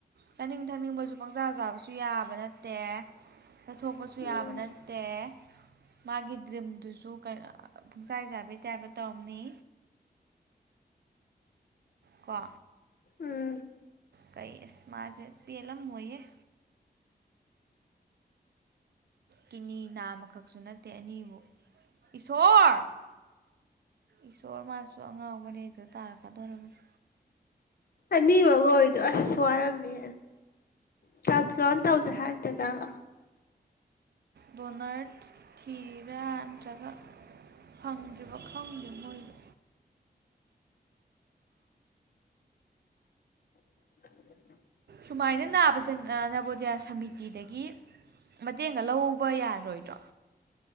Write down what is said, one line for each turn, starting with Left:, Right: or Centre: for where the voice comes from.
Right: ꯆꯥꯅꯤꯡ ꯊꯛꯅꯤꯡꯕꯁꯨ ꯄꯪꯆꯥ ꯆꯥꯕꯁꯨ ꯌꯥꯕ ꯅ ꯅꯠꯇꯦ ꯆꯠꯊꯣꯛꯄꯁꯨ
Left: ꯎꯝ
Right: ꯌꯥꯕ ꯅꯠꯇꯦ ꯃꯥꯒꯤ ꯗ꯭ꯔꯤꯝꯗꯨꯁꯨ ꯄꯨꯡꯆꯥꯏ ꯆꯥꯕ ꯇꯕ ꯇꯣꯝꯅꯤ ꯀꯣ
Left: ꯎꯝ
Right: ꯀꯩ ꯏꯁꯃꯥꯖ ꯄꯦꯜꯂꯝ ꯃꯣꯏꯌꯦꯦ ꯀꯤꯅꯤ ꯅꯥꯝꯃꯈꯛꯁꯨ ꯅꯠꯇꯦ ꯑꯅꯤꯕꯨ ꯏꯁꯣꯔ ꯏꯁꯁꯣꯔ ꯃ ꯃꯥꯖ ꯁ ꯑꯉꯥꯎꯕꯅꯦ ꯑꯗꯨꯗ ꯇꯥꯔꯛꯀꯗꯧꯔꯕꯅꯤ
Left: ꯑꯅꯤꯃꯛꯒ ꯑꯣꯏꯗꯣ ꯑꯁ ꯋꯥꯔꯝꯅꯤ ꯇ꯭ꯔꯥꯟꯁꯄ꯭ꯂꯥꯟ ꯇꯧꯁꯦ ꯍꯥꯏꯔꯛꯇꯦꯖꯥꯠꯂ
Right: ꯕꯣꯅꯔ ꯊꯤꯔꯤꯕ ꯅꯠꯇ꯭ꯔꯒ ꯐꯪꯗ꯭ꯔꯤꯕ ꯈꯪꯗꯦ ꯃꯣꯏꯗꯤ
Left: <unintelligible>
Right: ꯁꯨꯃꯥꯏꯅ ꯅꯅꯥꯁ ꯅꯕꯗꯤꯦ ꯁꯃꯤꯇꯤꯗꯒꯤ ꯃꯇꯦꯡꯒ ꯂꯧꯕ ꯌꯥꯒꯦ ꯇꯣꯣꯏꯇꯣ